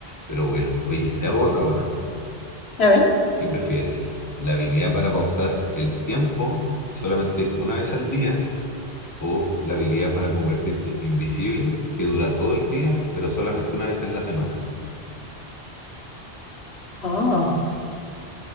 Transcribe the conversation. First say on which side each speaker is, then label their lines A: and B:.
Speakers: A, on the left (about 20°); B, on the left (about 75°).
A: Pero bueno, oye, te hago otra hora.
B: A ver.
A: ¿Qué prefieres? ¿La habilidad para pausar el tiempo solamente una vez al día o la habilidad para convertirte invisible que dura todo el día, pero solamente una vez en la semana?
B: Oh,